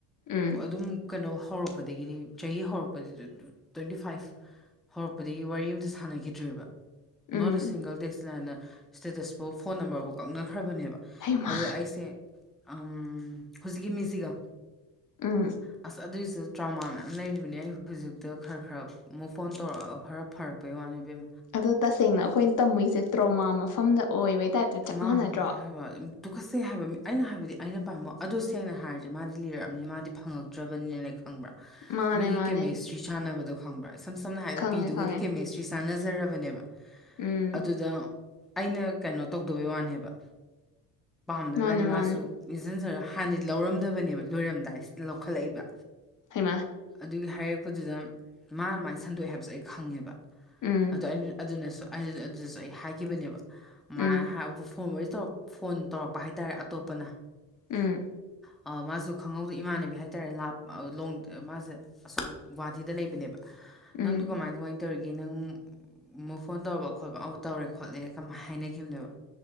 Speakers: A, on the left (about 45°); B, in the centre.
A: ꯎꯝ
B: ꯑꯗꯨꯝ ꯀꯩꯅꯣ ꯍꯧꯔꯛꯄꯗꯒꯤꯗꯤ ꯆꯍꯤ ꯍꯧꯔꯛꯄꯗꯒꯤ ꯇ꯭ꯋꯦꯟꯇꯤ ꯐꯥꯏꯚ ꯍꯧꯔꯛꯄꯗꯒꯤ ꯋꯥꯔꯤ ꯑꯃꯝꯇ ꯁꯥꯟꯅꯈꯤꯗ꯭ꯔꯦꯕ
A: ꯎꯝ
B: ꯅꯣꯔꯠ ꯏꯁ ꯁꯤꯡꯒꯜ ꯗꯦꯁ ꯂꯦꯟ ꯏꯁꯇꯦꯇꯁꯄꯨ ꯐꯣꯟ ꯅꯝꯕꯔꯕꯨꯥꯎ ꯀꯛꯅꯈ꯭ꯔꯕꯅꯦꯕ
A: ꯍꯩꯃꯥ
B: ꯑꯗꯨ ꯑ ꯁꯤ ꯎꯝ ꯍꯧꯖꯤꯛꯀꯤ ꯃꯤꯁꯤꯒ
A: ꯎꯝ
B: ꯑꯁ ꯑꯗꯨꯏꯁꯨ ꯇ꯭ꯔꯃꯥ ꯃꯌꯥꯝ ꯂꯩꯔꯤꯕꯅꯦ ꯑꯩ ꯍꯧꯖꯤꯛꯇ ꯈꯔ ꯈꯔ ꯑꯃꯨꯛ ꯐꯣꯟ ꯇꯧꯔꯛ ꯈꯔ ꯐꯔꯛꯄꯩ ꯋꯥꯅꯤꯕꯦꯝ
A: ꯑꯗꯣ ꯇꯁꯦꯡꯅ ꯑꯩꯈꯣꯏꯅ ꯇꯝꯃꯨꯏꯁꯦ ꯇ꯭ꯔꯣꯃꯥ ꯃꯐꯝꯗ ꯑꯣꯏꯕꯩ ꯇꯥꯏꯞꯇ ꯆꯞ
B: ꯃꯥꯅꯦ
A: ꯃꯥꯟꯅꯗ꯭ꯔꯣ
B: ꯍꯥꯏꯕ ꯇꯨꯈꯠꯁꯦ ꯍꯥꯏꯕ ꯃꯤ ꯑꯩꯅ ꯍꯥꯏꯕꯗꯤ ꯑꯩꯅ ꯄꯥꯝꯃꯣ ꯑꯗꯨ ꯁꯦꯡꯅ ꯍꯥꯏꯔꯤꯁꯦ ꯃꯥꯗꯤ ꯂꯤꯔꯛꯑꯕꯅꯤ ꯃꯥꯗꯤ ꯐꯪꯉꯛꯇ꯭ꯔꯕꯅꯤꯅ ꯈꯪꯕ꯭ꯔꯥ
A: ꯃꯥꯅꯦ
B: ꯃꯤ
A: ꯃꯥꯅꯦ
B: ꯀꯦꯃꯦꯁꯇ꯭ꯔꯤ ꯁꯥꯟꯕ ꯈꯪꯕ ꯁꯝ ꯁꯝꯅ ꯍꯥꯏꯗ
A: ꯈꯪꯉꯦ
B: ꯄꯤꯗꯨꯒꯗꯤ
A: ꯈꯪꯉꯦ
B: ꯀꯦꯃꯦꯁꯇ꯭ꯔꯤꯁꯦ ꯆꯥꯟꯅꯖꯔꯕꯅꯦꯕ
A: ꯎꯝ
B: ꯑꯗꯨꯗ ꯑꯩꯅ ꯀꯩꯅꯣ ꯇꯧꯗꯕꯩ ꯋꯥꯅꯦꯕ ꯄꯥꯝꯗꯕ
A: ꯃꯥꯅꯦ
B: ꯃꯥꯅꯤ
A: ꯃꯥꯅꯦ
B: ꯃꯥꯁꯨ ꯏꯟꯁꯤꯟꯖꯔꯒ ꯍꯥꯟꯅꯗꯤ ꯂꯧꯔꯝꯗꯕꯅꯦꯕ ꯂꯣꯏꯔꯝꯗꯥꯏꯁꯤꯗ ꯂꯧꯈꯠꯂꯛꯏꯕ
A: ꯍꯦꯃ
B: ꯑꯗꯨꯒꯤ ꯍꯥꯏꯔꯛꯄꯗꯨꯗ ꯃꯥꯅ ꯃꯥꯅ ꯁꯟꯗꯣꯛꯑꯦ ꯍꯥꯏꯕꯁꯨꯦ ꯑꯩ ꯈꯪꯉꯦꯕ
A: ꯎꯝ
B: ꯑ ꯑꯗꯨꯅꯁꯨ ꯑꯗꯨꯗꯁꯨ ꯑꯩ ꯍꯥꯏꯈꯤꯕꯅꯦꯕ
A: ꯎꯝ
B: ꯃꯥ ꯎ ꯐꯣꯡ ꯑꯣꯏ ꯐꯣꯟ ꯇꯧꯔꯛꯄ ꯍꯥꯏꯇꯥꯔꯦ ꯑꯇꯣꯞꯄꯅ
A: ꯎꯝ
B: ꯑ ꯃꯥꯁꯨ ꯈꯪꯍꯧꯗ ꯏꯃꯥꯟꯅꯕꯤ ꯍꯥꯏꯇꯥꯔꯦ ꯂꯥꯞ ꯂꯣꯡ ꯃꯥꯁꯦ ꯑꯁꯣꯝ ꯒꯨꯍꯥꯇꯤꯗ ꯂꯩꯕꯅꯦꯕ
A: ꯎꯝ
B: ꯅꯪꯗꯨ ꯀꯃꯥꯏ ꯀꯃꯥꯏꯅ ꯇ ꯇꯧꯔꯤꯒꯦ ꯅꯪ ꯃꯨꯐ ꯑꯣꯟ ꯇꯧꯕ ꯈꯣꯠꯄ ꯑꯥꯎ ꯇꯧꯔꯦ ꯈꯣꯠꯂꯦ ꯀꯃꯥꯏ ꯍꯥꯏꯅꯒꯦ ꯌꯅ